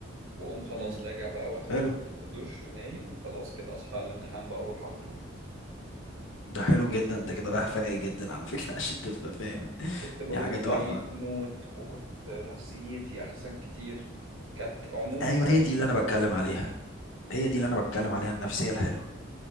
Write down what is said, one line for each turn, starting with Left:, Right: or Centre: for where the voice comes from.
Right: واقوم خلاص
Left: مم.
Right: راجع بقى واخد
Left: حلو
Right: دش ونايم وخلاص كده اصحى على الامتحان بقى اروح على طول
Left: ده حلو جدا انت كده رايح فايق جدا على فكره <laughs> عشان تبقى فاهم
Right: كنت بروح
Left: دي حاجه تحفه
Right: فايق موت وكنت نفسيتي احسن كتير كانت عموما
Left: ايوه
Right: كانت
Left: هي دي اللي انا بتكلم عليها هي دي اللي انا بتكلم عليها النفسيه الحلوه